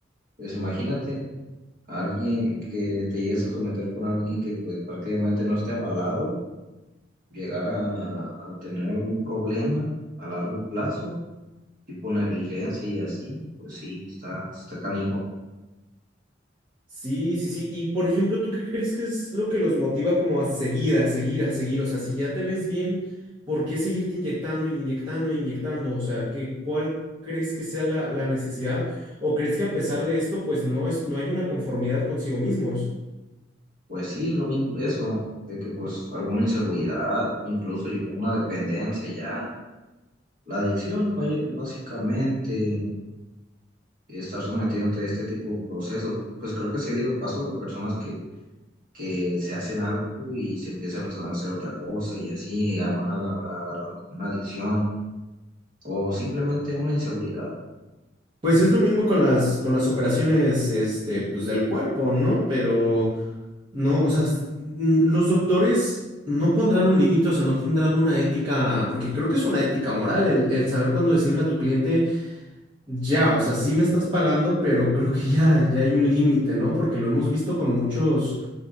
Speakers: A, on the right (about 45°); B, on the right (about 30°).
A: pues imagínate, alguien que te llegues a someter con alguien que pues prácticamente no esté avalado, llegar a a tener algún problema a largo plazo. tipo negligencia y así, pues sí, está, está canijo.
B: Sí, sí, sí. Y por ejemplo, ¿tú qué crees que es lo que los motiva como a seguir, a seguir, a seguir? O sea, si ya te ves bien, ¿por qué seguirte inyectando, inyectando, inyectando? O sea, ¿qué, cuál crees que sea la, la necesidad? ¿O crees que a pesar de esto, pues no es, no hay una conformidad consigo mismos?
A: Pues sí, lo mismo, eso, de que pues alguna inseguridad o incluso una dependencia ya, la adicción, vaya- básicamente, estar sometiéndote a este tipo de procesos, pues creo que sí ha habido casos de personas que, que se hacen algo y se empiezan a hacer otra cosa y así a- van aga- agarrando como una adicción o simplemente una inseguridad.
B: Pues es lo mismo con las, con las operaciones, este, pues del cuerpo, ¿no? Pero no, o sea, s- n- los doctores no pondrán un límite, o sea, no tendrán una ética, porque creo que es una ética moral el, el saber cuándo decirle a tu cliente, ya, o sea, sí me estás pagando, pero creo que ya, ya hay un límite, ¿no? Porque lo hemos visto con muchos,